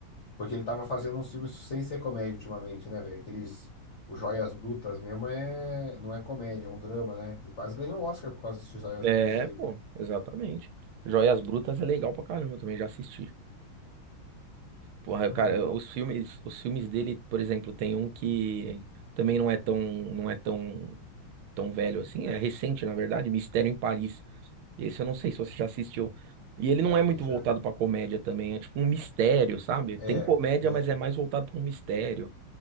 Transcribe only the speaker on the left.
Porque ele tava fazendo uns filmes sem ser comédia ultimamente, né, velho? Aqueles. O Joias Brutas mesmo é. Não é comédia, é um drama, né? Ele quase ganhou o Oscar por causa desses Joias
Brutas aí,
cara.
<clears throat>
Já
vi,
já.
É,
é.